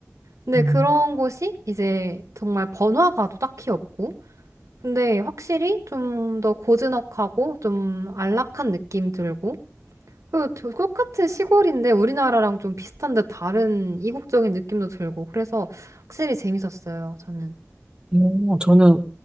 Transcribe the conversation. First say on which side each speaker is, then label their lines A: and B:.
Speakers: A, on the right (about 85°); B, on the right (about 20°).
A: 근데
B: 음.
A: 그런 곳이 이제 정말 번화가도 딱히 없고, 근데 확실히 좀 더 고즈넉하고, 좀 안락한 느낌 들고, 그 똑같은 시골인데 우리나라랑 좀 비슷한 듯 다른 이국적인 느낌도 들고, 그래서 확실히 재밌었어요, 저는.
B: 음, 저는